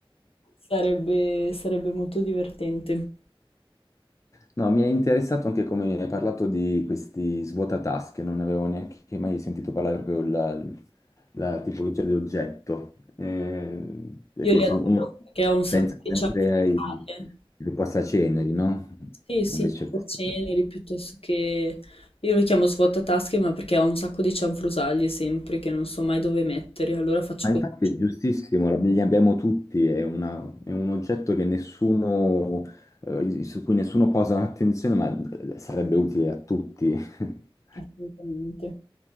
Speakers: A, on the left (about 80°); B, on the left (about 35°).
A: sarebbe, sarebbe molto divertente.
B: No, mi è interessato anche come hai parlato di questi svuotatasche, non avevo neanche mai sentito parlare proprio la, la tipologia di oggetto, Eh, perché
A: Io li
B: su-
A: adoro
B: uno
A: perché ho un sacco
B: pensa sempre
A: di cianfrusaglie.
B: ai, ai passaceneri, no?
A: Sì, sì,
B: Invece questo...
A: ceneri
B: no.
A: piuttosto che... Io li chiamo svuotatasche, ma perché ho un sacco di cianfrusaglie sempre che non so mai dove mettere, allora faccio
B: Ma
A: questo.
B: infatti è giustissimo, la- li abbiamo tutti, è, una- è un oggetto che nessuno, eh, su cui nessuno posa attenzione, ma eh, sarebbe utile a tutti. <laughs>
A: Assolutamente.